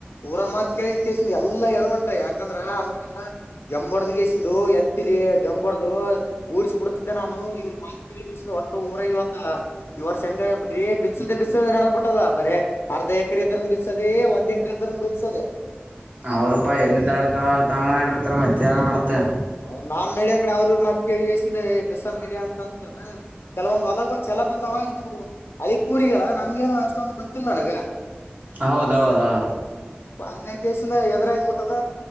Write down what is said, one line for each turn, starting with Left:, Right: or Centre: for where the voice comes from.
Left: ಊರನ್ ಮಾತ್ ಕೈ ಕಸಂದು ಎಲ್ಲಾ ಹರ್ಬಟ್ಟ ಯಾಕಂದ್ರ ಅವಾಗ ಜಂಬಡದ ಕೇಸಂದು ಎ ಹತರಿ ಜಂಬರ್ದು ಊರ್ರಿಸ ಬಿಡ್ತಿದ್ದೆ ನಾನು ಇವರು ಮಾತ್ು ಕೇಳ ಒಟ್ಟ ಊರ ಇವತ್ತ ಇವ್ರ ಶಂಗ ಬರೇ ಬಿಸದೆ ಬ ಬ ನಡ ಬಿಟ್ಟದ ಬರೇ ಅರ್ಧ ಎಕರೆ ಇದ್ರ ಬಿಸದೆ ಒಂದ್ ಎಕರೆ ಇದ್ರ ಬಿಸದೆ
Right: ಹೌದಪ್ಪಾ ಎಲ್ಲಿ ದಣಕ ಅಂತಂಗ ಮಾಡಿರ್ತಾರ ಮತ್ತ್ಯಾ ಮಾಡ್ತೇ
Left: ಅವ್ ನಾನ್ ನಡಿಯ ಕಡೆ ಅವ್ರ ಮತ್ ಕೇಳಗಸ ಬಿಸಸ ನಡಿಯ ಅಂತಂದ ಕೆಲವೊಂದು ಹೊಲಲ ಎಲ್ಲ ಬಂದ ಅವದು ಅಲ್ಲಿ ಕೂರಿಯಲ್ಲಾ ನನ್ಗೇನು ಅಷ್ಟೊಂದು ಗೊತ್ತಿಲ್ಲ ನನಗ
Right: ಹೌದೌದೌದು
Left: ಅಂಗಾಯ ಕೆಸ ಇದ್ರ ಆಗಬಿಟ್ಟದ